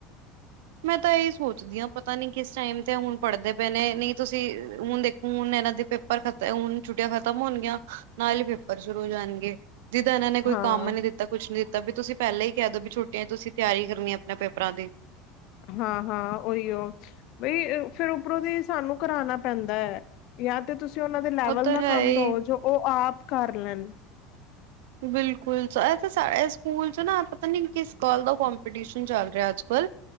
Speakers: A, on the right; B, on the left.
A: ਮੈਂ ਤਾਂ ਇਹ ਸੋਚਦੀ ਹਾਂ ਪਤਾ ਨੀ ਕਿਸ ਟਾਈਮ ਤੇ ਹੁਣ ਪੜ੍ਹਦੇ ਪਏ ਨੇ ਨਹੀਂ ਤੁਸੀਂ ਹੁਣ ਦੇਖੋ ਹੁਣ ਇਹਨਾਂ ਦੇ ਪੇਪਰ ਖਤ ਹੁਣ ਛੁੱਟੀਆਂ ਖਤਮ ਹੋਣਗੀਆਂ ਨਾਲ ਹੀ ਪੇਪਰ ਸ਼ੁਰੂ ਹੋ ਜਾਣਗੇ ਜਿਦਾ ਇਹਨਾਂ ਨੇ ਕੋਈ
B: ਹਾਂ
A: ਕੰਮ ਨੀ ਦਿੱਤਾ ਤਾਂ ਕੁਛ ਨੀ ਦਿੱਤਾ ਵੀ ਤੁਸੀਂ ਪਹਿਲਾਂ ਹੀ ਕਹਿ ਦੋ ਵੀ ਛੋਟੀਆਂ ਤੁਸੀਂ ਤਿਆਰੀ ਕਰਨੀ ਆਪਣੇ ਪੇਪਰਾਂ ਦੀ
B: ਹਾਂ ਹਾਂ ਉਓਹੀ ਉਹ ਬਈ ਫੇਿਰ ਉੱਪਰੋਂ ਦੀ ਸਾਨੂੰ ਕਰਾਣਾ ਪੈਂਦਾ ਹੈ ਜਾਂ ਤੇ ਤੁਸੀਂ ਉਹਨਾਂ ਦੇ ਲੈਵਲ
A: ਉਹ ਤਾਂ
B: ਦਾ
A: ਹੈ
B: ਕੰਮ
A: ਹੀ।
B: ਦਵ ਜੋ ਉਹ ਆਪ ਕਰ ਲੈਣ
A: ਬਿਲਕੁਲ ਸ ਇਹ ਤਾਂ ਸਾਡੇ ਸਕੂਲ ਚ ਨਾ ਪਤਾ ਨੀ ਕਿਸ ਗੱਲ ਦਾ ਕੰਮ ਸ਼ਨ ਚੱਲ ਰਿਹਾ ਅੱਜ ਕੱਲ੍ਹ